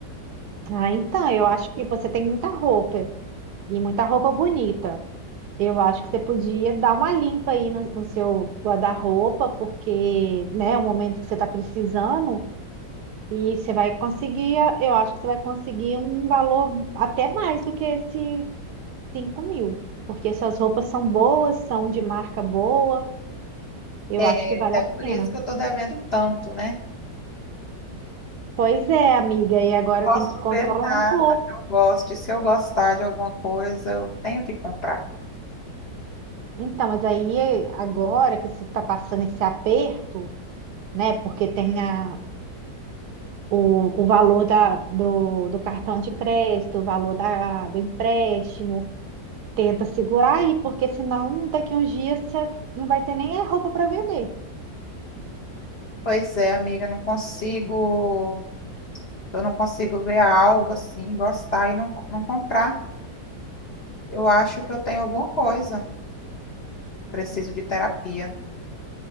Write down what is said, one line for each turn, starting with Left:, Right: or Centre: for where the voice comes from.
Right: Ah, então, eu acho que você tem muita roupa e muita roupa bonita. Eu acho que você podia dar uma limpa aí no, no seu guarda-roupa, porque, né, é o momento que você está precisando e você vai conseguir, eu acho que você vai conseguir um valor até mais do que esse cinco mil, porque essas roupas são boas, são de marca boa, eu
Left: É,
Right: acho que vale
Left: é
Right: a
Left: por
Right: pena.
Left: isso que eu tô devendo tanto, né?
Right: Pois é, amiga, e agora
Left: posso
Right: tem que controlar
Left: ver nada
Right: um pouco.
Left: que eu goste. Se eu gostar de alguma coisa, eu tenho que comprar.
Right: Então, mas aí agora que você está passando esse aperto, né? Porque tem a, o, o valor da, do, do cartão de crédito, o valor da, do empréstimo, tenta segurar aí, porque senão daqui uns dias você não vai ter nem a roupa para vender.
Left: Pois é, amiga, eu não consigo, eu não consigo ver algo assim, gostar e não, não comprar. Eu acho que eu tenho alguma coisa. Preciso de terapia.